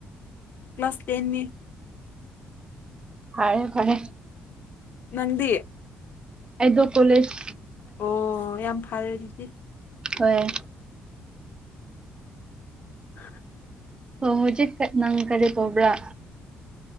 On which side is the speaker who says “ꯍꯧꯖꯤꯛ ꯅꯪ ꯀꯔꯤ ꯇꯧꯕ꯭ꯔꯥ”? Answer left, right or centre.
Right